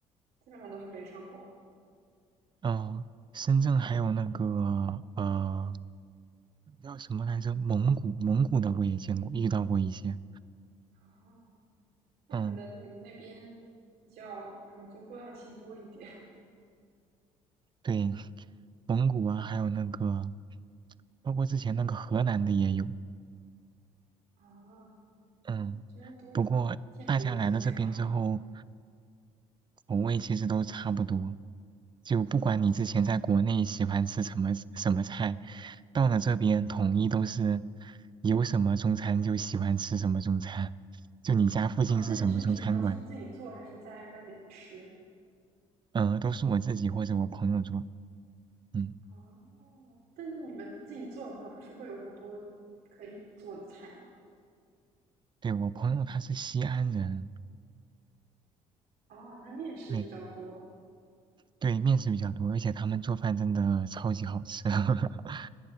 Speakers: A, on the right (about 65°); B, on the right (about 25°).
A: 基本上都是北上广
B: 哦、深圳还有那个呃叫什么来着？蒙古，蒙古的我也见过，遇到过一些。
A: 啊。那可能你们那边比较种族多样性多一点
B: 嗯，
A: <laughs>
B: 对，蒙古啊，还有那个，包括之前那个河南的也有。
A: 啊，
B: 嗯，
A: 觉得都见的比较少
B: 不过大家来了这边之后。口味其实都差不多，就不管你之前在国内喜欢吃什么什么菜，到了这边统一都是有什么中餐就喜欢吃什么中餐，就你家附近是什么中餐馆，
A: 啊。那你是平常是自己做还是在外面吃
B: 嗯、呃都是我自己或者我朋友做，嗯，
A: 啊？但是你们自己做的话，不是会有很多可以做的菜吗？
B: 对，我朋友他是西安人，
A: 哦，那面食比较多
B: 对对，面食比较多，而且他们做饭真的超级好吃，<laughs>